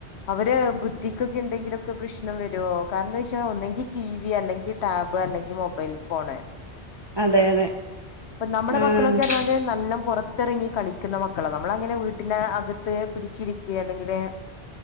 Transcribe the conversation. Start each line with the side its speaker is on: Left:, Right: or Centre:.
Left: അവര് ബുദ്ധിക്കൊക്കെ എന്തെങ്കിലുമൊക്കെ പ്രശ്നം വരുവോ കാരണം എന്താ വെച്ചാൽ ഒന്നെങ്കി ടി വി അല്ലെങ്കിൽ ടാബ് അല്ലെങ്കിൽ മൊബൈൽ ഫോണ്
Right: അതെ അതെ
Left: ഇപ്പൊ നമ്മുടെ
Right: ആഹ്
Left: മക്കളൊക്കെ പറഞ്ഞാല് നല്ല പുറത്ത് പുത്തിറങ്ങി കളിക്കുന്ന മക്കളോ നമ്മള അങ്ങനെ വീട്ടിന അകത്ത് പിടിച്ചിരിക്ക അല്ലെങ്കില്